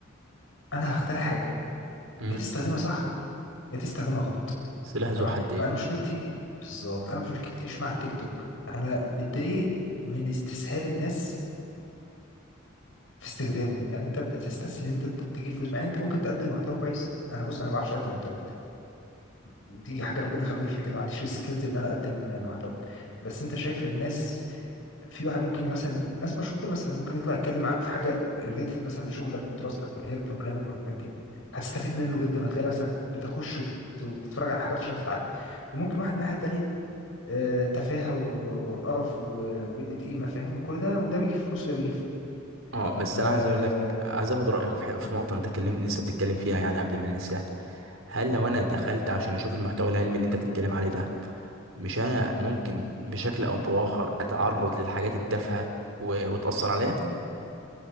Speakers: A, on the left; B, on the right.
A: انا هخترع حاجه
B: مم.
A: يا تستخدمها صح يا تستخدمها غلط
B: سلاح ذو
A: تمام
B: حدين
A: فانا مشكلتي بالظبط انا مش مشكلتي مش مع التيك توك انا متضايق من استسهال الناس في استخدامه يعني انت بتستسهل انت تجيب فلوس مع ان انت ممكن تقدم محتوى كويس انا بص انا ما بعرفش اقدم محتوى دي حاجه ربنا خلاني فيها كده ما عنديش السكيلز اللي انا اقدم محتوى بس انت شايف الناس في واحد ممكن مثلا ناس مشهوره مثلا ممكن يطلع يتكلم معاك في حاجه ريليتد مثلا لشغلك ودراستك واللي هي البروجرامينج والحاجات دي هتستفيد منه جدا هتلاقي نفسك بتخش وبت- وبتتفرج على حاجات عشان تتعلم وممكن واحد الناحيه التانيه آه، تفاهه و- وقرف و- وقله قيمه فاهم وكل ده وده بيجيب فلوس وده بيجيب فلوس
B: اه بس
A: فمش
B: انا عايز اقول لك عايز اخد رايك في ح- في نقطه انت اتكلم لسه بتتكلم فيها يعني قبل ما ننساها هل لو انا دخلت عشان اشوف المحتوى العلمي اللي انت بتتكلم عليه ده مش انا ممكن بشكل او باخر اتعرض للحاجات التافهه و- وتاثر عليها